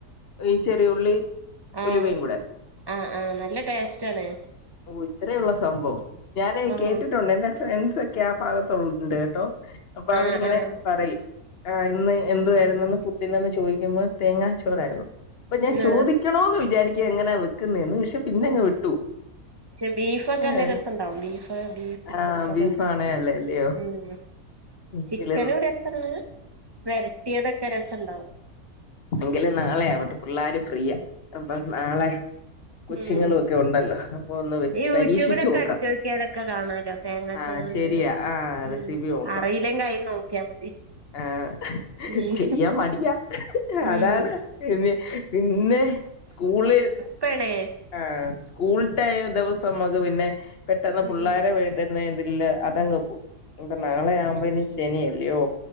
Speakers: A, on the left (about 45°); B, on the right (about 20°).
A: ഈ ചെറിയുള്ളി
B: ആഹ
A: ഉലുവയും കൂടെ
B: ആഹ ആഹ നല്ല ടേസ്റ്റ് ആണ്
A: ഓ ഇത്രയ ഉള്ളോ സംഭവം ഞാനെ
B: ആഹ്
A: കേട്ടിട്ടുണ്ട് എന്റെ ഫ്രണ്ട്സ് ഒക്കെ ആ ഭാഗത്തള്ളണ്ട് കേട്ടോ അപ്പൊ അവരിങ്ങനെ
B: ആഹ് ആഹ്
A: പറയും ആ ഇന്ന് എന്തു
B: ഉം
A: ആയിരുന്നെന്ന് ഫുഡിനെന്ന് ചോദിക്കുമ്പോ തേങ്ങാ ചോറായിരുന്നു അപ്പൊ ഞാൻ ചോദിക്ക
B: ആഹ്
A: ക്കണോ എന്ന് വിചാരിക്കാ എങ്ങനാ വെക്കുന്നതന്ന് പക്ഷെ പിന്നങ്ങ്
B: ഉ
A: വിട്ടു
B: പക്ഷെ ബീഫൊക്കെ
A: ഏഹ്
B: നല്ല രസംഇണ്ടാവും ബീഫ് ബീഫ്ക്കെക്ക
A: ആഹ് ബീഫാണേ
B: നല്ല ര
A: അല്ലേ അല്ലയോ
B: ഉം
A: എങ്കിലും
B: ചിക്കനും രെസാണ് വെരട്ടി ഇതൊക്ക രസംണ്ടാവും
A: എങ്കിലെ നാളെയാവട്ടെ പിള്ളാര് ഫ്രീയാ അപ്പൊ നാളെ കൊച്ചുങ്ങളും
B: ഉം
A: ഒക്കെ ഉണ്ടല്ലോ അപ്പ ഒന്ന്
B: ഈ യൂട്യൂബിലൊക്കെ
A: പരീക്ഷിച്ചു നോക്കാം
B: അടിച്ചോക്കിയാലൊക്കെ കാണാലോ തേങ്ങാച്ചോറ്ന്ന്
A: ആഹ ശരിയാ ആഹ
B: ഉം
A: റെസിപി നോക്കണം
B: അറിയില്ലെങ്കി അയിൽ നോക്കിയാ മതി
A: ആഹ
B: ഉം
A: ചെയ്യാൻ മടിയാ
B: ഉം
A: അതാണ് പിന്നെ പിന്നെ സ്കൂള
B: പെണേ
A: ആ സ്കൂള ടൈമ് ദിവസം നമുക്ക് പിന്നെ പെട്ടെന്ന്
B: ഉം
A: പിള്ളേരെ വീ ഇതില് അതങ്ങ് പോവും ഇപ്പ നാളെ ആവുമ്പോ ശനി അല്ലയോ